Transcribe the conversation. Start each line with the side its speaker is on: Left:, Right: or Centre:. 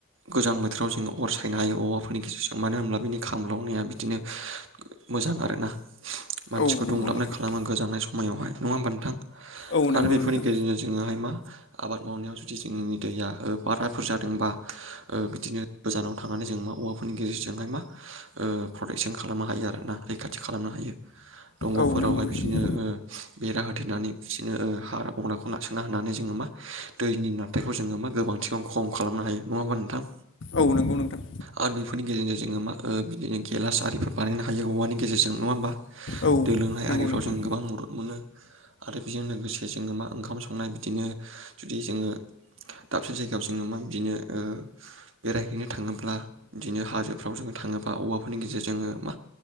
Right: गोजां बोथोराव जोङो अर सायनो हायो औवाफोरनि गेजेरजों मानो होनब्ला बिनि खामलावनाया बिदिनो मोजां आरोना? मानसिखौ
Left: औ नंगौ
Right: दुंलाबनाय
Left: नोंथां
Right: खालामो गोजांनाय स मायावहाय, नङा होमबा नोंथां?
Left: औ
Right: आरो
Left: नंगौ
Right: बेफोरनि
Left: नोंथां
Right: गेजेरजों जोङोहाय मा, आबाद मावनायाव जुदि जोंनि दैया ओ बाराफोर जादोंबा ओ बिदिनो, गोजानाव थानानै जों मा औवाफोरनि गेजेरजोंहाय मा ओ प्रटेकसन खालामनो हायो आर ना रैखाथि खालामनो हायो। दंग'फोरावहाय
Left: औ नंगौ नोंथां
Right: बिदिनो ओ, बेरा होथेरनानै बिदिनो ओ हाग्रा बंग्राखौ नारसोना होनानै जोङो मा दैनि नाराथायखौ जोङो मा गोबांथिखौ खम खालामनो हायो। नङा होमबा नोंथां?
Left: औ, नोंगौ नोंथां।
Right: आरो बेफोरनि गेजेरजों जोङो मा ओ बिदिनो गेलास आरिफोर बानायनो हायो औवानि गेजेरजों, नङा होमबा?
Left: औ
Right: दै लोंनाय
Left: नंगौ
Right: आरिफ्राव जों
Left: नोंथां
Right: गोबां मदद मोनो आरो बेजों लोगोसे जोङो मा ओंखाम संनाय बिदिनो जुदि जोङो दाबसे जायगायाव जोङो मा बिदिनो ओ बेरायहैनो थाङोब्ला बिदिनो हाजोफ्राव जोङो थाङोब्ला औवाफोरनि गेजेरजोंङो मा